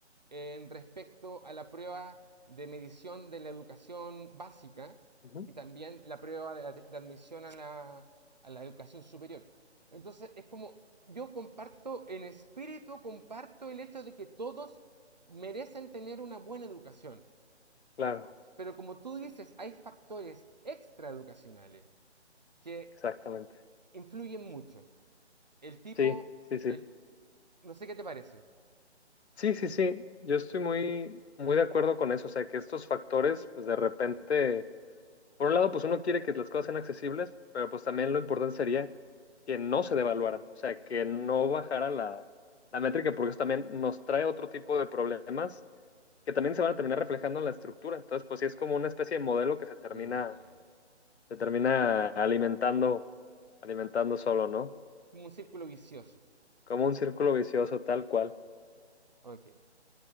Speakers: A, on the right (about 40°); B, on the left (about 70°).
A: en respecto a la prueba de medición de la educación básica
B: ujú,
A: y también la prueba de, de admisión a la, a la educación superior. Entonces es como yo comparto en espíritu, comparto el hecho de que todos merecen tener una buena educación.
B: claro.
A: Pero como tú dices, hay factores extraeducacionales que
B: Exactamente.
A: influyen mucho. El tipo,
B: Sí, sí, sí.
A: el, no sé qué te parece.
B: Sí, sí, sí. Yo estoy muy, muy de acuerdo con eso. O sea, que estos factores, pues de repente, por un lado, pues uno quiere que las cosas sean accesibles, pero pues también lo importante sería que no se devaluaran. O sea, que no bajara la, la métrica, porque eso también nos trae otro tipo de problemas que también se van a terminar reflejando en la estructura. Entonces, pues sí es como una especie de modelo que se termina,
A: Mm,
B: se termina alimentando, alimentando solo, ¿no?
A: un círculo vicioso.
B: Como un círculo vicioso tal cual.
A: Ok.